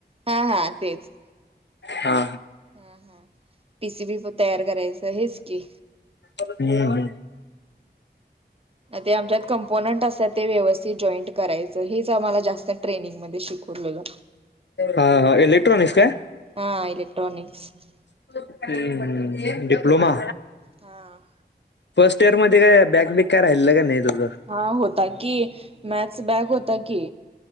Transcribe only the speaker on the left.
हा
<unintelligible> <inaudible> हम्म
हा हा इलेक्ट्रॉनिक्स काय?
<unintelligible> डिप्लोमा
फर्स्ट इयर मध्ये काय बॅकबेक काय राहिलं का नाही तुझं.